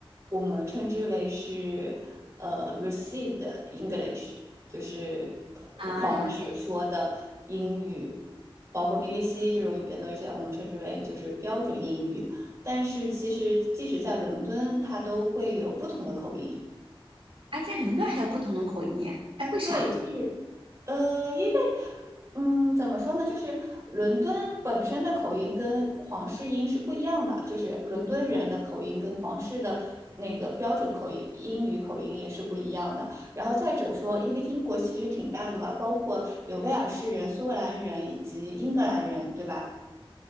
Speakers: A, on the right; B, on the right.
A: 我们称之为是呃 received English，就是
B: 啊，
A: 皇室说的英语，
B: 了解。
A: 包括 BBC 这种语言都是这样，我们称之为就是标准英语。但是其实即使在伦敦，它都会有不同的口音。
B: 哎，在伦敦还有不同的口音，哎，为啥？
A: 对，就。呃，因为，嗯，怎么说呢，就是伦敦本身的口音跟皇室音是不一样的，就是伦敦人的口音跟皇室的那个标准口音英语口音也是不一样的。然后再者说，因为英国其实挺大的嘛，包括有威尔士人、苏格兰人以及英格兰人，对吧？